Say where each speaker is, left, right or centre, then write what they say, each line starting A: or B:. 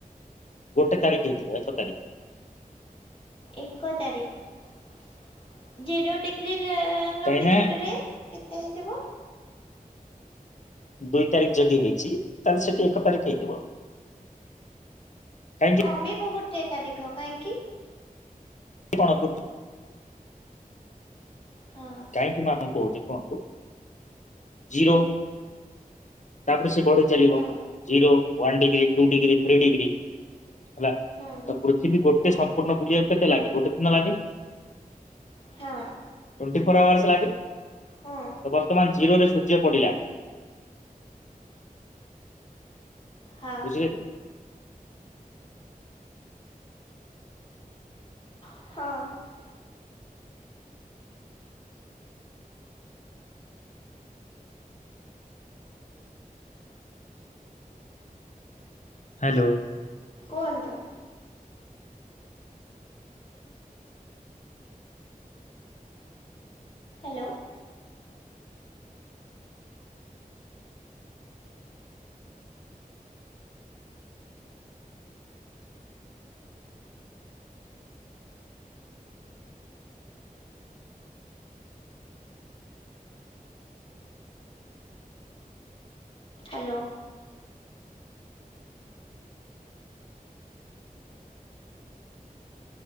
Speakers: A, on the left; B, on the left.
A: ଗୋଟେ ତାରିଖ ହେଇଥିବ ଏକ ତାରିଖ।
B: ଏକ ତାରିଖ ଜିରୋ ଡ଼ି ରିଲ ଲଙ୍ଗିଚୁଟ୍
A: କାହିଁକି ନା
B: ରେ କେତେ ହେଇଥିବ?
A: ଦୁଇ ତାରିଖ ଯଦି ହେଇଛି ତା ହେଲେ ସେଠି ଏକ ତାରିଖ ହେଇଥିବ। କାହିଁକି
B: କମିବ ଗୋଟେ ତାରିଖ କାହିଁକି?
A: କଣ <unintelligible>
B: ହଁ
A: କାହିଁକି ନାଁ ଆପଣଙ୍କୁ କହୁଛି ଶୁଣନ୍ତୁ? ଜିରୋ ତା ପରେ ସେ ବଢ଼ିଚାଲିବ
B: ହଁ
A: zero, one degree, two degree, three degree, ହେଲା
B: ହଁ
A: ତ ପୃଥିବୀ ଗୋଟେ
B: ହଁ ହଁ
A: ସମ୍ପୂର୍ଣ୍ଣ ବୁଲିବାକୁ କେତେ ଲାଗେ ଗୋଟେ ଦିନ ଲାଗେ।
B: ହଁ।
A: ଟୋଣ୍ଟି ଫୋର୍ ଆୱାର୍ସ ଲାଗେ,
B: ହଁ
A: ତ ବର୍ତ୍ତମାନ ଜିରୋରେ ସୂର୍ଯ୍ୟ ପଡ଼ିଲା
B: ହଁ
A: ହେଲା କି?
B: ହଁ।
A: ହ୍ୟାଲୋ।
B: କୁହନ୍ତୁ? ହ୍ୟାଲୋ। ହ୍ୟାଲୋ।